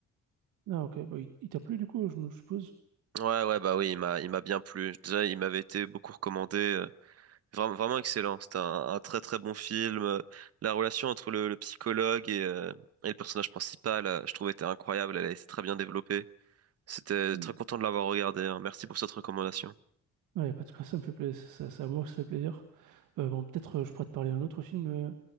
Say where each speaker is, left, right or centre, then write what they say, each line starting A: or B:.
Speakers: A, on the right (about 80°); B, on the right (about 55°).
A: Ah, ok, bah, il, il t'a plu, du coup, je me je suppose.
B: Ouais, ouais, bah oui, il m'a, il m'a bien plu. Déjà, il m'avait été beaucoup recommandé. euh, Vraiment, vraiment excellent. C'était un, un très très bon film. Euh, La relation entre le, le psychologue et, euh, et le personnage principal, euh, je trouvais était incroyable. Elle était très bien développée. C'était
A: Mm.
B: très content de l'avoir regardé. hein. Merci pour cette recommandation.
A: Ouais, pas de quoi, ça me fait plaisir, ça, ça, à moi, que ça fait plaisir. Euh, bon, peut-être, euh, je pourrais te parler d'un autre film, euh,